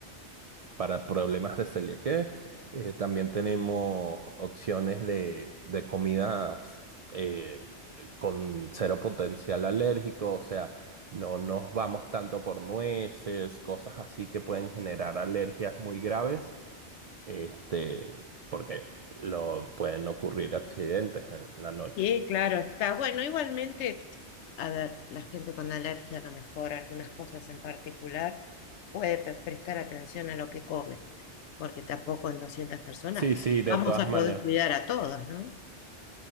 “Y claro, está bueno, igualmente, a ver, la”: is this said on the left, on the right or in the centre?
Left